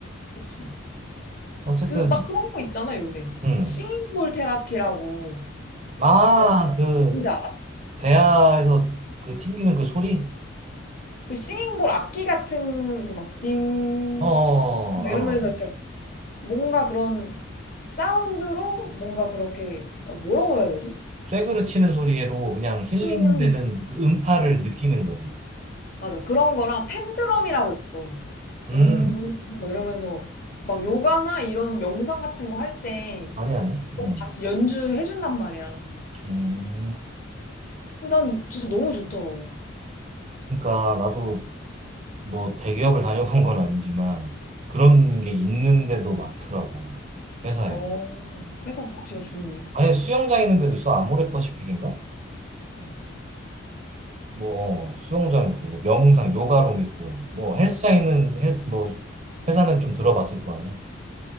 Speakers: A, on the left; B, on the right.
A: 그치?
B: 어쨌든,
A: 그 막 그런 거 있잖아 요새.
B: 음.
A: 싱잉볼 테라피라고
B: 아,
A: 그렇게
B: 그,
A: 뭔지 알아?
B: 대야에서 그 튕기는 그 소리?
A: 그 싱잉볼 악기 같은 그막띵
B: 어, 어,
A: 이러면서
B: 어, 알아, 알아.
A: 이렇게 뭔가 그런 사운드로 뭔가 그렇게 아, 뭐라고 해야 되지?
B: 쇠그릇 치는 소리로 그냥 힐링되는
A: 응, 응.
B: 그 음파를 느끼는 거지.
A: 맞아. 그런 거랑 팬드럼이라고 있어. 둥둥
B: 음,
A: 막 이러면서 막 요가나 이런 명상 같은 거 할 때
B: 많이 하네. 음.
A: 같이 연주해준단 말이야.
B: 음.
A: 어, 난 진짜 너무 좋더라고.
B: 그러니까 나도 뭐 대기업을 다녀본 건 아니지만 그런
A: 음.
B: 게 있는데도 많더라고 회사에
A: 어, 회사 복지가 좋네.
B: 아니 수영장 있는데도 있어 아모레퍼시픽인가
A: 어.
B: 뭐 어, 수영장 있고 뭐 명상 요가룸 있고 뭐 헬스장 있는 헬, 뭐 회사는 좀 들어봤을 거 아니야